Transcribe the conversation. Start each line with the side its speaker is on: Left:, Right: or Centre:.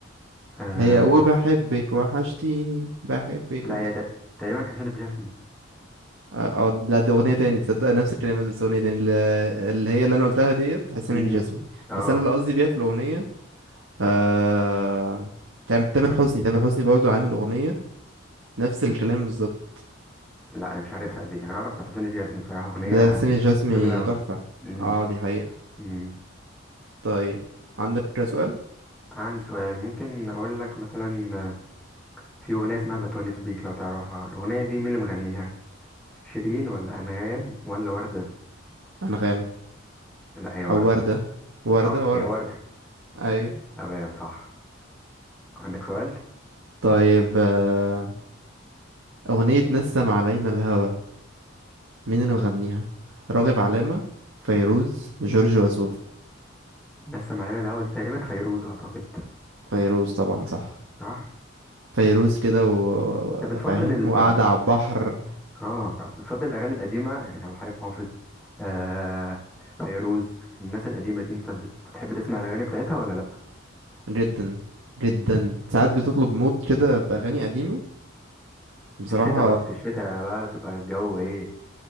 Centre: آه
Right: اللي هي وبحبك وحشتيني بحبك
Centre: لا هي تق- تقريبا حسين الجسمي
Right: اه لا دي اغنيه تاني تصدق نفس الكلمات بس اغنيه تاني اللي اللي هي اللي انا قلتها ديت حسين
Centre: امم
Right: الجسمي
Centre: اه
Right: بس انا اللي قصدي بيها في الاغنيه آه... تام- تامر حسني تامر حسني برضو عامل اغنيه نفس الكلام بالظبط
Centre: لا انا مش عارفها دي انا اعرف بتاعت حسين الجسمي بصراحة أغنية
Right: بتاعت حسين الجسمي
Centre: جميلة أوي
Right: تحفه
Centre: امم
Right: اه دي حقيقه
Centre: امم
Right: طيب عندك سؤال
Centre: عندي سؤال ممكن اقول لك مثلا آه، في أغنية اسمها بتونس بيك لو تعرفها الأغنية دي مين اللي مغنيها شيرين ولا أنغام ولا وردة
Right: انغام
Centre: لا هي وردة
Right: او ورده ورده
Centre: صح
Right: ورده
Centre: هي وردة
Right: ايوه
Centre: تمام صح عندك سؤال
Right: طيب آه... اغنيه نسم علينا الهوى مين اللي مغنيها راغب علامه فيروز جورج وسوف
Centre: لسه معلنا الهوا دي تقريبا فيروز اعتقد
Right: فيروز طبعا صح
Centre: صح
Right: فيروز كده وفاهم
Centre: طب بتفضل ال
Right: وقاعدة على البحر
Centre: اه بتفضل الاغاني القديمة يعني عبد الحليم حافظ آه فيروز الناس القديمة دي انت بت- بتحب تسمع الاغاني بتاعتها ولا لا
Right: جدا جدا
Centre: مم.
Right: ساعات بتطلب مود كده بأغاني قديمة بصراحة
Centre: في الشتاء بقى في الشتاء بقى تبقى الجو ايه